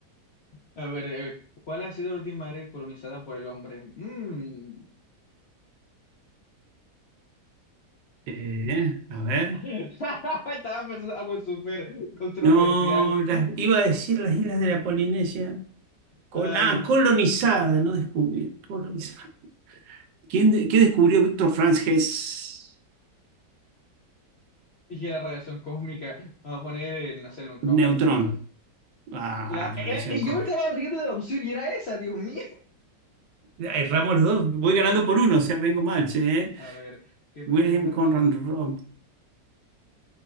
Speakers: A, on the left (about 75°); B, on the right (about 85°).
A: a ver, eh, ¿cuál ha sido la última área colonizada por el hombre? Mm.
B: Eh, a ver.
A: <laughs> Estaba pensando algo súper controversial.
B: No, las- iba a decir las islas de la Polinesia. Col-
A: Ay,
B: ah, colonizada, no descubrí. Colonizada. ¿Quién de- qué descubrió Víctor Franz Hess?
A: y la radiación cósmica. Vamos a poner el, no sé, el neutrón,
B: Neutrón.
A: vaya, ¿qué pasa?
B: Ah,
A: La, eh,
B: radiación
A: eh,
B: cósmica.
A: yo me estaba riendo de la opción y era esa, Dios mío.
B: Erramos
A: Ay,
B: los dos. Voy ganando por uno, o sea, vengo mal, che, ¿eh?
A: a ver, ¿qué premio
B: Wilhelm
A: Nobel
B: Conrad
A: recién?
B: Rom-